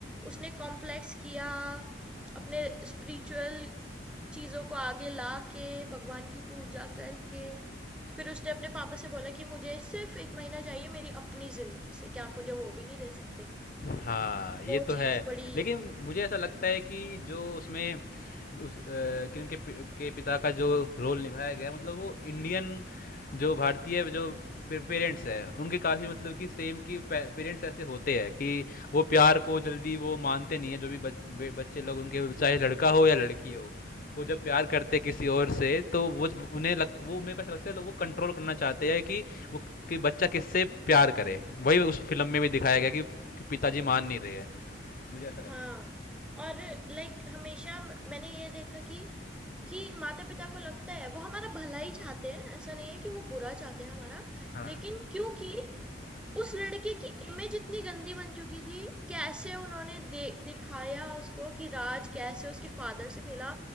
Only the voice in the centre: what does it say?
उसने कॉम्प्लेक्स किया अपने स्पिरिचुअल चीज़ों को आगे ला के भगवान की पूजा करके फिर उसने अपने पापा से बोला कि मुझे सिर्फ एक महीना चाहिए मेरी अपनी ज़िंदगी से क्या आप मुझे वो भी नहीं दे सकते
वो
चीज़
बड़ी
हाँ,
और लाइक हमेशा म- मैंने ये देखा कि कि माता-पिता को लगता है वो हमारा भला ही चाहते हैं ऐसा नहीं है कि वो बुरा चाहते हैं हमारा
लेकिन क्योंकि उस लड़के की इमेज इतनी गंदी बन चुकी थी कैसे उन्होंने दे, दिखाया उसको कि राज कैसे उसके फादर से मिला